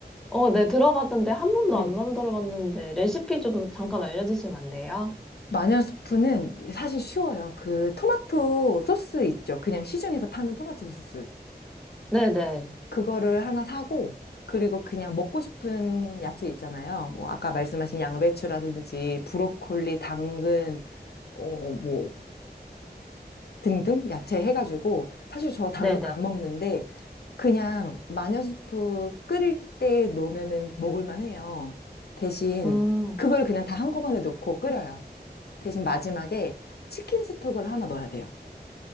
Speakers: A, in the centre; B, on the left (about 70°).
A: 어, 네, 들어봤는데 한 번도
B: 네.
A: 안 만들어 봤는데 레시피 좀 잠깐 알려주시면 안 돼요?
B: 마녀스프는 사실 쉬워요. 그 토마토 소스 있죠. 그냥 시중에서 파는 토마토 소스.
A: 네네.
B: 그거를 하나 사고, 그리고 그냥 먹고 싶은 야채 있잖아요. 뭐, 아까 말씀하신 양배추라든지, 브로콜리, 당근, 어, 뭐, 등등 야채 해가지고 사실 저 당근
A: 네네.
B: 안 먹는데 그냥 마녀수프 끓일 때 넣으면은 먹을만 해요. 대신
A: 음.
B: 그걸 그냥 다 한꺼번에 넣고 끓여요. 대신 마지막에 치킨 스톡을 하나 넣어야 돼요.